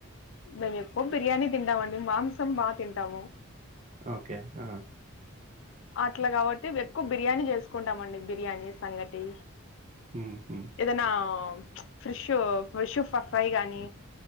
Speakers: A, on the left; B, on the right.
A: మేము ఎక్కువ బిర్యానీ తింటామండి మాంసం బా తింటాము
B: ఓకే ఆ
A: అట్లా కాబట్టి ఎక్కువ బిర్యానీ చేసుకుంటామండి, బిర్యానీ సంగటి
B: హ్మ్. హ్మ్.
A: ఏదైనా ఫ్రెష్ ఫ్రెష్ ఫ్రై గానీ